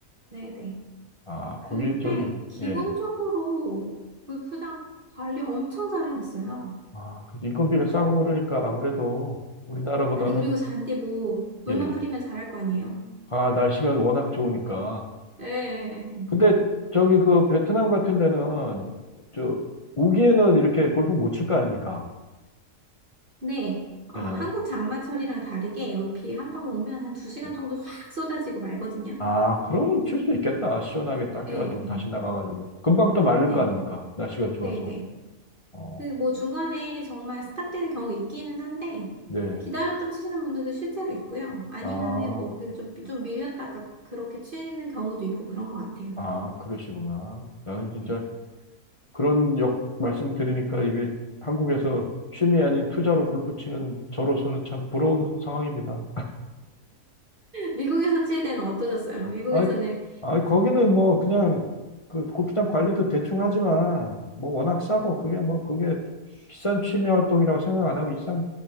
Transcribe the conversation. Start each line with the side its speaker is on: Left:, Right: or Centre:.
Right: 네네.
Left: 아,
Right: 근데
Left: 거기 저기
Right: 기본적으로
Left: 예.
Right: 골프장 관리 엄청 잘 해놨어요.
Left: 아, 그 인건비가 싸고 그러니까 아무래도 우리나라보다는
Right: 아니, 그리고 잔디 뭐, 물만
Left: 예.
Right: 뿌리면 잘할 거 아니에요?
Left: 아, 날씨가 워낙 좋으니까.
Right: 예. 예, 예.
Left: 근데 저기 그 베트남 같은 데는 저 우기에는 이렇게 골프 못 칠 거 아닙니까?
Right: 네. 어,
Left: 예.
Right: 한국 장마철이랑 다르게 여기 비 한번 오면 한 두 시간
Left: 예.
Right: 정도 확 쏟아지고 말거든요.
Left: 아, 그러면 칠 수 있겠다. 시원하게 딱
Right: 예,
Left: 해가지고 다시
Right: 예.
Left: 나가가지고. 금방 또 마를
Right: 네.
Left: 거 아닙니까? 날씨가 좋아서.
Right: 네네.
Left: 어,
Right: 그 뭐 중간에 정말 스탑되는 경우 있기는 한데,
Left: 네.
Right: 기다렸다 치시는 분들도 실제로 있고요. 아니면은
Left: 아,
Right: 뭐, 그 좀, 좀 밀렸다가 그렇게 치는 경우도 있고 그런 것 같아요.
Left: 아, 그러시구나. 나는 진짜
Right: 네.
Left: 그런 역 말씀 드리니까 이게 한국에서 취미 아닌 투자로 골프 치는 저로서는 참 부러운 상황입니다.
Right: 미국에서 칠 때는 어떠셨어요? 미국에서는
Left: 아, 아, 거기는 뭐 그냥 그 골프장 관리도 대충 하지만 뭐 워낙 싸고 그게 뭐 그게 비싼 취미 활동이라고 생각 안 하고 일상